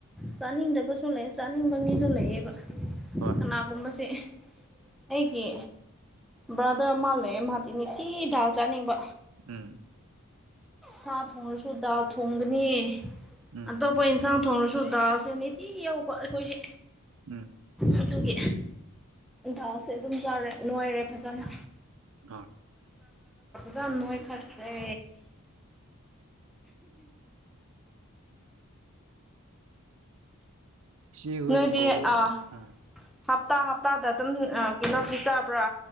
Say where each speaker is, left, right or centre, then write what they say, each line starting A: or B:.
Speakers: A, in the centre; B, on the right (about 70°).
A: ꯆꯥꯅꯤꯡꯗꯕꯁꯨ ꯂꯩ ꯆꯥꯅꯤꯡꯕ ꯃꯤꯁꯨ ꯂꯩꯌꯦꯕ
B: ꯍꯣꯏ
A: ꯀꯅꯥꯒꯨꯝꯕꯕꯁꯤꯦ ꯑꯩꯒꯤ ꯕ꯭ꯔꯥꯗꯔ ꯃꯥꯜꯂꯑꯦ ꯃꯍꯗꯤꯤ ꯅꯤꯇꯤ ꯗꯥꯜ ꯆꯥꯅꯤꯡꯕ
B: ꯎꯝ
A: ꯁꯥ ꯊꯣꯡꯉꯁꯨ ꯗꯥꯜ ꯊꯣꯡꯒꯅꯤ
B: ꯎꯝ
A: ꯑꯇꯣꯞꯄ ꯏꯟꯁꯥꯡ ꯊꯅ ꯁꯨꯗꯥꯁꯦꯅꯤꯇꯤ ꯑꯩꯈꯣꯏ
B: ꯎꯝ
A: ꯑꯗꯨꯦ ꯗꯥꯎꯁꯦ ꯑꯗꯨꯝ ꯆꯥꯔꯦ ꯅꯨꯡꯉꯥꯏꯔꯦ ꯐꯖꯅ
B: ꯑ
A: ꯖꯥꯅꯉꯣꯏ ꯈꯠꯈ꯭ꯔꯦ
B: ꯁꯤ ꯍꯣꯏꯗꯤ
A: ꯅꯣꯏꯗꯤ ꯑꯥ
B: ꯑ
A: ꯍꯞꯇꯥ ꯍꯞꯇꯥꯗ ꯑꯗꯨꯝ ꯀꯤꯩꯅꯣꯗꯤꯤ ꯆꯥꯕ꯭ꯔꯥ